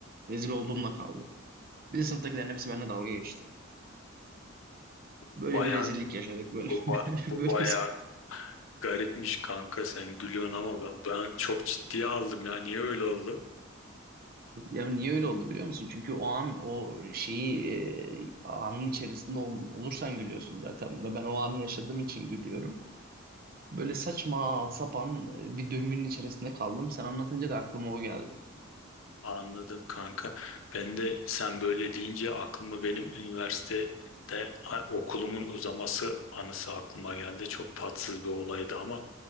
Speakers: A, on the right; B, on the left.
A: Rezil olduğumla kaldım. Bir de sınıftakilerin hepsi benimle dalga geçti. Böyle
B: bayağı
A: bir rezillik yaşadık böyle.
B: bu, ba-
A: <laughs>
B: bu
A: Böyle
B: bayağı garipmiş kanka sen gülüyorsun ama ben, ben çok ciddiye aldım ya. Niye öyle oldu?
A: ya niye öyle oldu biliyor musun? Çünkü o an o şeyi e, anın içerisinde ol- olursan gülüyorsun zaten buna. Ben o anı yaşadığım için gülüyorum. Böyle saçma sapan e, bir döngünün içerisinde kaldım. Sen anlatınca da aklıma o geldi.
B: Anladım kanka. Ben de sen böyle deyince aklıma benim üniversitede a- okulumun uzaması anısı aklıma geldi. Çok tatsız bir olaydı ama